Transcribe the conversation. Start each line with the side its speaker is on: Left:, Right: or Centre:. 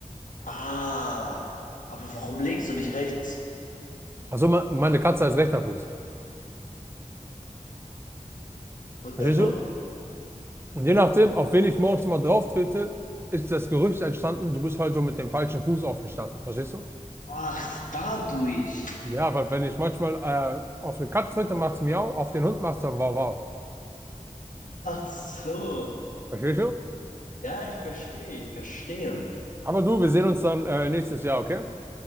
Left: Ah, aber warum links und nicht rechts?
Right: Also meine Katze heißt rechter Fuß.
Left: Und
Right: Verstehst
Left: dein Hund?
Right: du? Und je nachdem, auf wen ich morgens mal drauf trete, ist das Gerücht entstanden, du bist heute mit dem falschen Fuß aufgestanden. Verstehst du?
Left: Ach, dadurch.
Right: Ja, weil wenn ich manchmal äh, auf eine Katze trete, macht's miau, auf den Hund macht's dann wow wow.
Left: Ach so.
Right: Verstehst du?
Left: Ja, ich verstehe, ich verstehe.
Right: Aber du, wir sehen uns dann äh, nächstes Jahr, okay?